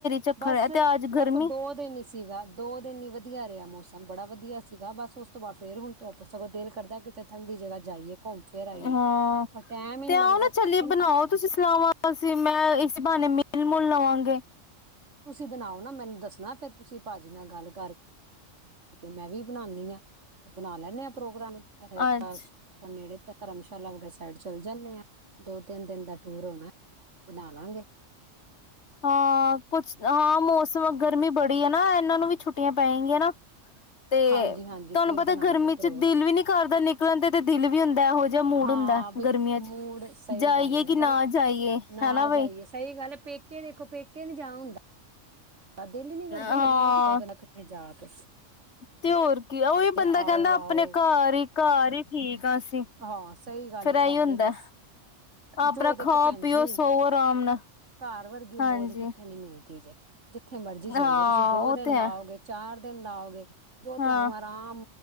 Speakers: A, on the left; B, on the right.
A: ਝੱਖੜ
B: ਬਸ
A: ਹੈ ਤੇ ਅੱਜ
B: ਬਸ
A: ਗਰਮੀ
B: ਔ ਦੋ ਦਿਨ ਈ ਸੀਗਾ, ਦੋ ਦਿਨ ਈ ਵਧੀਆ ਰਿਹੈ ਮੌਸ ਸਮ ਬੜਾ ਵਧੀਆ ਸੀਗਾ ਬਸ ਓਸ ਉਸ ਤੋਂ ਬਾਦ ਫੇਰ ਹੁਣ ਤੋਂਪ ਸਗੋ ਦੇਲ ਕਰਦੈ ਕਿ ਤੇ ਠੰਡੀ ਜਗ੍ਹਾ ਜਾਈਏ। ਘੁੰਮ ਫਿਰ ਆਈਏ
A: ਹਾਂ
B: ਪਰ ਟੈਮ ਹੀ
A: ਤੇ
B: ਨੀ
A: ਆਓ
B: ਲੱਗਦਾ
A: ਨਾ ਚਲੀਏ
B: ਬੰ
A: ਬਣਾਓ ਤੁਸੀਂ ਸਲਾਵਾਂ, ਅਸੀ ਮੈਂ ਇਸ ਬਹਾਨੇ ਮੇ ਮਿਲ ਮੁਲ ਲਵਾਂਗੇ।
B: ਤੁਸੀਂ ਬਣਾਓ ਨਾ ਮੈਨੂੰ ਦੱਸ। ਨਾਲ ਫਿਰ ਤੁਸੀਂ ਭਾਜੀ ਨਾਲ ਗੱਲ ਕਰ ਤੇ ਮੈਂ ਵੀ ਬਣਾਉਣੀ ਹਾਂ। ਤੇ ਬਣਾ ਲੈਣੇ ਆ ਪ੍ਰੋਗਰਾਮ
A: ਅੱਛਾ
B: ਏ ਥਸ ਨੇੜੇ। ਤੇ ਧਰਮਸ਼ਾਲਾ ਵ ਸਾਈਡ ਚੱਲ ਜਾਣੇ ਆਂ, ਦੋ ਤਿੰਨ ਦਿਨ ਦਾ ਟੂਰ ਹੁੰਦਾ। ਬਣਾ ਲਾਂ ਗੇ।
A: ਹਾਂ ਕੁਛ, ਹਾਂ ਮੌਸਮ ਗਰਮੀ ਬੜੀ ਹੈ ਨਾ, ਇਹਨਾਂ ਨੂੰ ਵੀ ਛੁੱਟੀਆਂ ਪੈਣਗੀਆਂ ਨਾ। ਤੇ
B: ਹਾਂਜੀ ਹਾਂਜੀ
A: ਤੁਹਾਨੂੰ
B: ਫੇਰ
A: ਪਤਾ,
B: ਬਣਾਉਂਦੇ
A: ਗਰਮੀ
B: ਹਾਂ ਪ੍ਰੋਗਰਾਮ
A: ਚ ਦਿਲ ਵੀ ਨੀ ਕਰਦਾ ਨਿਕਲਣ ਤੇ ਤੇ ਦਿਲ ਵੀ ਹੁੰਦਾ, ਇਹੋ ਜਿਹਾ ਮੂਡ
B: ਹਾਂ
A: ਹੁੰਦਾ
B: ਬ
A: ਗਰਮੀਆਂ ਚ
B: ਮੂਡ ਸਹੀ
A: ਜਾਈਏ
B: ਗੱਲ ਹੈ,
A: ਕਿ ਨਾ
B: ਗਰ
A: ਜਾਈਏ
B: ਨਾ
A: ਹਨਾ ਬਈ
B: ਜਾਈਏ ਸਹੀ ਗੱਲ ਹੈ, ਪੇਕੇ ਵੀ ਦੇਖੋ ਪੇਕੇ ਨਹੀਂ ਜਾਂ ਹੁੰਦੇ। ਤਾਂ ਦਿਲ ਹੀ ਨੀ ਕਰਦਾ
A: ਹਾਂ
B: ਇਨੀ ਗਰਮੀ ਏ, ਕਿੱਥੇ ਜਾਣਾ, ਕਿੱਥੇ ਜਾ ਕੇ ਕਿਸ
A: ਤੇ ਹੋਰ ਕੀ, ਉ ਓਹੀ ਬੰਦਾ
B: ਆਓ
A: ਕਹਿੰਦਾ,
B: ਆਓ
A: ਆਪਣੇ ਘਰ ਹੀ ਘਰ ਹੀ ਠੀਕ ਹਾਂ ਅਸੀਂ।
B: ਹਾਂ ਸਹੀ ਗੱਲ
A: ਫੇਰ ਇਹੀ
B: ਘਰ
A: ਹੁੰਦਾ
B: ਬਸ,
A: ਆਪਣਾ
B: ਜੋ ਦੇਖੋ
A: ਖਾਓ
B: ਭੈਣ
A: ਪੀਓ
B: ਜੀ,
A: ਸੋਵੋ ਆਰਾਮ ਨਾਲ
B: ਘਰ ਵਰਗੀ
A: ਹਾਂਜੀ
B: ਮੌਜ ਕਿੱਥੇ ਨੀ ਮਿਲਣੀ। <unintelligible> ਜਿੱਥੇ ਮਰਜ਼ੀ ਚੱਲ
A: ਹਾਂ
B: ਜਾਓ ਤੁਸੀਂ, ਦੋ
A: ਉਹ
B: ਦਿਨ
A: ਤੇ
B: ਲਾਓਗੇ
A: ਹੈ
B: ਚਾਰ ਤੇ ਨਾਲ। ਗੇ ਜੋ
A: ਹਾਂ
B: ਤੁਹਾਨੂੰ ਆਰਾਮ